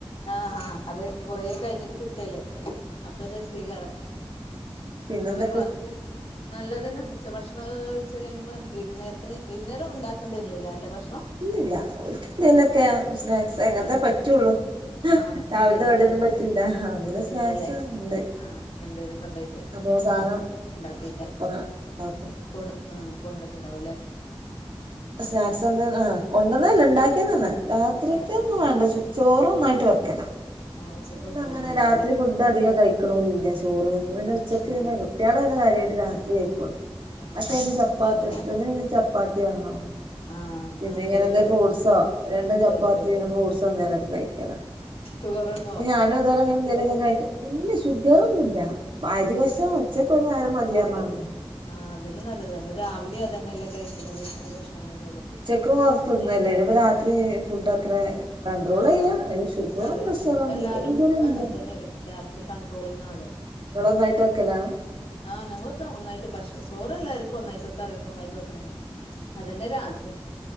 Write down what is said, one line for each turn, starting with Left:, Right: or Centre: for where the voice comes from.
Left: ആഹ് ആഹ് അത് കൊറേ കയ്ഞ്ഞിട്ട് കിട്ടല്ലേ
Right: അതെ
Left: അപ്പൊരു രസയായി കാണും
Right: പിന്നെന്തൊക്കെ
Left: ഇപ്പ ഇവര് വ നല്ലത് തന്നെ ഉച്ചഭക്ഷണൊക്കെ കഴിച്ച് കഴിഞ്ഞപ്പോ വൈകുന്നേരത്തിന് വൈകുന്നേരം ഉണ്ടാക്കെണ്ടി വരുകില്ലേ ഭക്ഷ
Right: ഇല്ലയില്ല ഓൽക്ക് എന്തേലൊക്കെ സ്നാക്സ് അങ്ങത്തെ പറ്റൊള്ളൂ ആഹ്
Left: അങ്ങനെ
Right: രാവിലത്തെ
Left: എന്തേലുമൊക്കെല്ലേ
Right: കടിയൊന്നും പറ്റൂല്ല അവിലും
Left: പറ്റൂലല്ലേ
Right: സ്നാക്സുംണ്ട്
Left: ആഹ് എന്തേലുമൊക്കെ ഉണ്ടായിട്ട്
Right: അപ്പൊ സാധനം
Left: ഉണ്ടാക്കിക്കാ
Right: ആഹ് ഓള് അപ്പം ഇണ്ടാക്കും
Left: കൊണ് ആഹ് കൊണ്ടുവന്നിട്ട് ഇണ്ടാവുയില്ലേ
Right: സ്നാക്സ് എന്താ ആഹ് കൊണ്ടുവന്നയല്ല ഇണ്ടാക്കിയതാണ് രാത്രിക്കെന്നും
Left: ഏഹ് ഉണ്ട്
Right: വേണ്ട ചു ചോറ് ഒന്നായിട്ട് വെക്കലാ
Left: ആഹ് ഉച്ചക്ക്-
Right: പിന്നെ
Left: വെക്കണന്നെ
Right: അങ്ങനെ
Left: ഉണ്ടാവൂല്ലേ
Right: രാത്രി ഫുഡ് അധികം കഴിക്കണോനില്ല ചോറ് അപ്പൊ പിന്നെ ഉച്ചക്ക്
Left: ഉം
Right: പിന്നെ
Left: ഉം
Right: കുട്ട്യോള് പിന്നെ കാര്യായിട്ട് രാ പത്തിരി കയയികൊള്ളു
Left: ആഹ്
Right: മറ്റേയെന്നും
Left: എല്ലായിടത്തും
Right: ചപ്പാത്തിയാ
Left: അതന്നെ
Right: ഹസ്ബൻഡിന് പിന്നെ ചപ്പാത്തി വേണം
Left: ആഹ്
Right: പിന്നെ
Left: അങ്ങനെ
Right: ഇങ്ങനെന്തെ
Left: എന്തെലും
Right: ഫ്രൂട്ട്സോ രണ്ട്
Left: ലഘുവായിട്ടൊക്കെ
Right: ചപ്പാത്തി പിന്നെ ഫ്രൂട്സോ എന്തെങ്കിലും ഒക്കെ കഴിക്കലാ
Left: ഷുഗറ് ഉണ്ടോ
Right: ഞാനും ഇത്‌പോലെ ഇങ്ങനെ എന്തേലൊക്കെ കഴിക്കും ഇല്ല ഷുഗറൊന്നുമില്ല അരി
Left: ഏഹ്
Right: ഭക്ഷണം
Left: ഇല്ല
Right: ഉച്ചക്ക് ഒരു നേരം മതീ
Left: പൊറക്ക
Right: പറഞ്ഞോണ്ട്
Left: ആഹ് അതന്നെ നല്ലത് നമ്മള് രാവിലേം അതെന്നല്ലേ കഴിക്ക്ണത് അരി ഭക്ഷണം തന്നയല്ലേ
Right: ഉച്ചക്കും തിന്നല്ലേ ഇനി ഇപ്പം രാ അത് ഫുഡ്‌ത്രേ കൺട്രോള്
Left: ആഹ്
Right: ചെയ്യാം അതിന് ഷുഗറും
Left: അതന്നെ
Right: പ്രഷറൊന്നും
Left: ഇപ്പ എല്ലാരും
Right: ഇതുവരെയില്ല
Left: അങ്ങനെ തന്നെയല്ലേ രാത്രി കൺട്രോളിംങ്ങ്ണല്ലോ
Right: നിങ്ങള് ഒന്നായിട്ട് വെക്കലാ-
Left: ആഹ് ഞങ്ങളൊക്കെ ഒന്നായിട്ട് ഭക്ഷണം ചോറെല്ലാർക്കും ഒന്നായിട്ട് കറിയൊക്കെ ഒന്നായിട്ട് വെക്കണേ അത് തന്നെ രാത്രിം